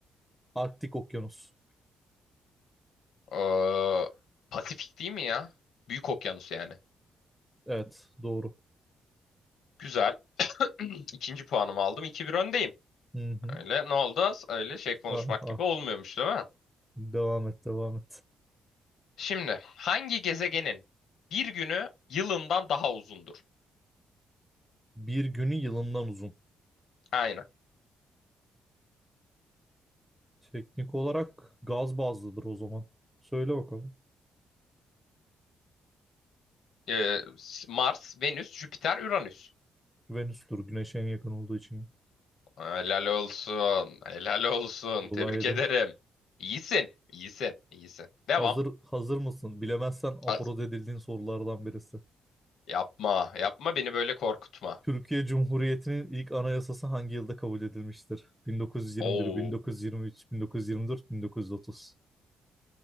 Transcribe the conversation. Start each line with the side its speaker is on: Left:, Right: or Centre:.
Centre: Arktik okyanus.
Left: Ee, Pasifik değil mi ya? Büyük okyanus yani.
Centre: Evet, doğru.
Left: Güzel. <clears throat> İkinci puanımı aldım. iki bir öndeyim.
Centre: Hı hı.
Left: Öyle ne oldu? Öyle şey konuşmak
Centre: Ah, ah.
Left: gibi olmuyormuş değil mi?
Centre: Devam et, devam et.
Left: Şimdi hangi gezegenin bir günü yılından daha uzundur?
Centre: Bir günü yılından uzun.
Left: Aynen.
Centre: Teknik olarak gaz bazlıdır o zaman. Söyle bakalım.
Left: Ee, Mars, Venüs, Jüpiter, Uranüs.
Centre: Venüs'tür, Güneş'e en yakın olduğu için.
Left: Helal olsun. Helal olsun.
Centre: Kolaydı.
Left: Tebrik ederim. İyisin. İyisin. İyisin. Devam.
Centre: Hazır hazır mısın? Bilemezsen aforoz
Left: A-
Centre: edildiğin sorulardan birisi.
Left: Yapma, yapma beni böyle korkutma.
Centre: Türkiye Cumhuriyeti'nin ilk anayasası hangi yılda kabul edilmiştir? 1921,
Left: Oo,
Centre: 1923, 1924, 1930,